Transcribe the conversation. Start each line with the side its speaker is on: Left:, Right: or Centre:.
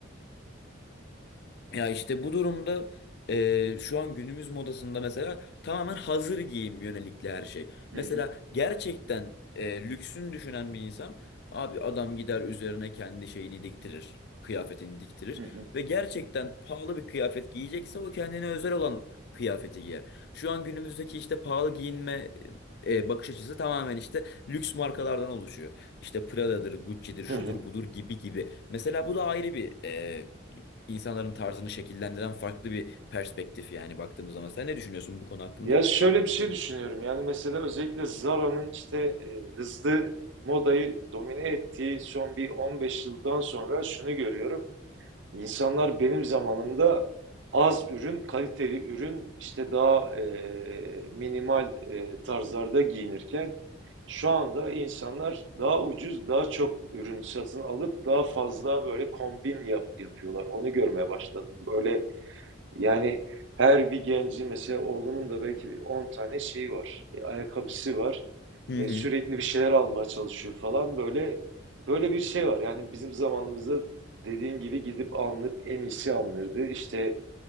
Left: Ya işte bu durumda eee, şu an günümüz modasında mesela tamamen hazır giyim yönelikli her şey.
Right: Hı
Left: Mesela
Right: hı,
Left: gerçekten eee, lüksün düşünen bir insan abi adam gider üzerine kendi şeyini diktirir. Kıyafetini diktirir
Right: hı hı,
Left: ve gerçekten pahalı bir kıyafet giyecekse o kendine özel olan kıyafeti giyer. Şu an günümüzdeki işte pahalı giyinme eee, bakış açısı tamamen işte lüks markalardan oluşuyor. İşte Prada'dır, Gucci'dir, şudur
Right: hı hı.
Left: budur gibi gibi. Mesela bu da ayrı bir eee insanların tarzını şekillendiren farklı bir perspektif yani baktığımız zaman. Sen ne düşünüyorsun bu konu hakkında?
Right: Ya şöyle bir şey düşünüyorum. Yani mesela özellikle Zara'nın işte e, hızlı modayı domine ettiği son bir 15 yıldan sonra şunu görüyorum. İnsanlar benim zamanımda az ürün, kaliteli ürün, işte daha eee, minimal eee, tarzlarda giyinirken şu anda insanlar daha ucuz, daha çok ürün satın alıp daha fazla böyle kombin yap- yapıyorlar. Onu görmeye başladım. Böyle yani her bir gencin mesela oğlumun da belki 10 tane şeyi var. e, ayakkabısı var.
Left: Hı
Right: E,
Left: hı.
Right: sürekli bir şeyler almaya çalışıyor falan. Böyle böyle bir şey var. Yani bizim zamanımızda dediğin gibi gidip alınıp en iyisi alınırdı. İşte